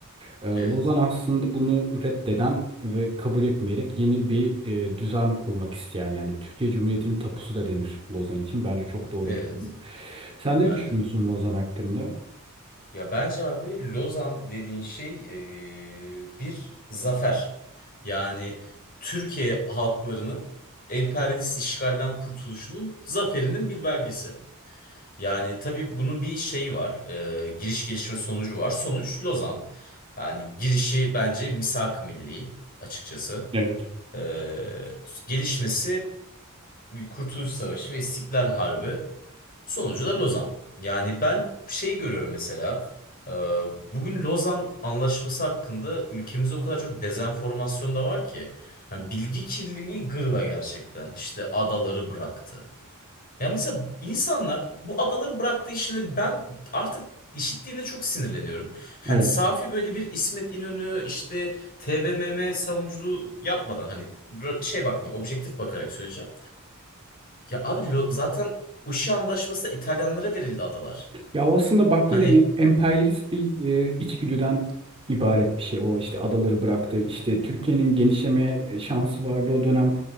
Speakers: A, on the right; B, on the left.
A: Ee, Lozan
B: Evet.
A: aslında bunu reddeden ve kabul etmeyerek yeni bir e, düzen kurmak isteyen yani Türkiye Cumhuriyeti'nin tapusu da denir Lozan için. Bence çok doğru
B: Evet.
A: bir terim. Sen
B: Bence
A: ne düşünüyorsun
B: de.
A: Lozan hakkında?
B: Ya bence abi Lozan dediğin şey eee, bir zafer. Yani Türkiye halklarının emperyalist işgalden kurtuluşunun zaferinin bir belgesi. Yani tabii bunun bir şeyi var. eee, giriş gelişme sonucu var. Sonuç Lozan. Yani girişi bence misak-ı milli açıkçası.
A: Evet.
B: Eee, gelişmesi Kurtuluş Savaşı ve İstiklal Harbi. Sonucu da Lozan. Yani ben şey görüyorum mesela. e, Bugün Lozan Anlaşması hakkında ülkemizde o kadar çok dezenformasyon da var ki. Hani bilgi kirliliği gırla gerçekten. İşte adaları bıraktı. Ya mesela insanlar bu adaları bıraktığı işini ben artık işittiğinde çok sinirleniyorum. Hani
A: Evet.
B: safi böyle bir İsmet İnönü işte TBMM savunuculuğu yapmadan hani ra- şey bakma objektif bakarak söyleyeceğim. Ya abi Lo- zaten Uşi Antlaşması'nda İtalyanlara verildi adalar.
A: Ya o aslında baktığında
B: Hani
A: em- emperyalist bir e, içgüdüden ibaret bir şey. O işte adaları bıraktı. İşte Türkiye'nin genişleme e, şansı vardı o dönem.